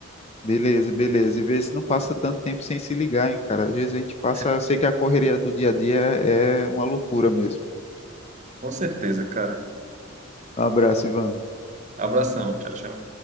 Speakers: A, on the left (about 30°); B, on the right (about 30°).
A: Beleza, beleza. E vê se não passa tanto tempo sem se ligar, hein, cara. Às vezes a gente passa,
B: <laughs>
A: eu sei que a correria do dia a dia é uma loucura mesmo.
B: Com certeza, cara.
A: Um abraço, Ivan.
B: Abração, tchau, tchau.